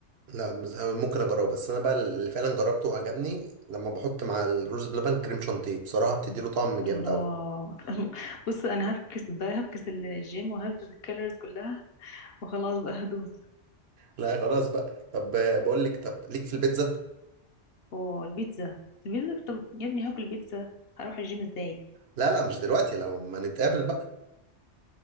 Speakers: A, on the right; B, on the left.
A: لا مز- أنا ممكن اجربه بس انا بقى اللي فعلا جربته وعجبني لما بحط مع الرز بلبن كريم شانتيه بصراحه بتدي له طعم جامد
B: الله
A: قوي
B: <laughs> بص انا هفكس ده هفكس الجيم وهفكس الكالوريز كلها وخلاص بقى هدوس
A: لا خلاص بقى طب آه، بقول لك طب ليك في البيتزا
B: والبيتزا البيتزا البيتزا طب يا ابني هاكل بيتزا هروح الجيم ازاي
A: لا لا مش دلوقتي لو ما نتقابل بقى